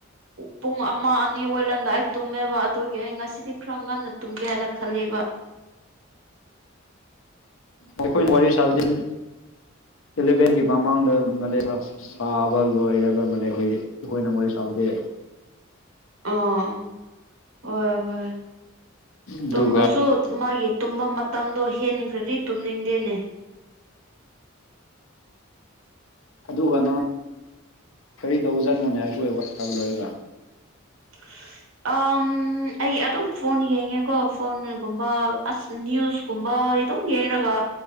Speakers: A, on the right (about 85°); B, on the left (about 75°).
A: ꯄꯨꯡ ꯑꯃ ꯑꯅꯤ ꯑꯣꯏꯂꯝꯗꯥꯏ ꯇꯨꯝꯃꯦꯕ ꯑꯗꯨꯒꯤ ꯑꯩ ꯉꯁꯤꯗꯤ ꯈꯔ ꯉꯟꯅ ꯇꯨꯝꯒꯦ ꯍꯥꯏꯅ ꯈꯜꯂꯦꯕ
B: ꯑꯩꯈꯣꯏꯅ ꯋꯥꯔꯤ ꯁꯥꯕꯁꯤꯗꯤ ꯏꯂꯚꯦꯟꯒꯤ ꯃꯃꯥꯡꯗ ꯁꯥꯕ ꯂꯣꯏꯔꯕ ꯑꯃ ꯑꯩꯈꯣꯏꯗꯤ ꯑꯩꯈꯣꯏꯅ ꯋꯥꯔꯤ ꯁꯥꯕꯗꯤ
A: ꯑꯣ ꯍꯣꯏ ꯍꯣꯏ
B: ꯑꯗꯨꯒ
A: ꯇꯨꯝꯃꯁꯨ ꯃꯥꯒꯤ ꯇꯨꯝꯕ ꯃꯇꯝꯗꯣ ꯍꯦꯟꯈ꯭ꯔꯗꯤ ꯇꯨꯝꯅꯤꯡꯗꯦꯅꯦ
B: ꯑꯗꯨꯒ ꯅꯪ ꯀꯔꯤ ꯇꯧꯕ ꯖꯥꯠꯅꯣꯅꯦ ꯑꯩꯈꯣꯏ ꯋꯥꯔꯤ ꯁꯥꯕ ꯂꯣꯏꯔꯒ
A: <unintelligible> ꯑ ꯑꯩ ꯑꯗꯨꯝ ꯐꯣꯟ ꯌꯦꯡꯉꯦꯀꯣ ꯐꯣꯟꯒꯨꯝꯕ ꯑꯁ ꯅ꯭ꯌꯨꯁ ꯀꯨꯝꯕ ꯑꯗꯨꯝ ꯌꯦꯡꯂꯒ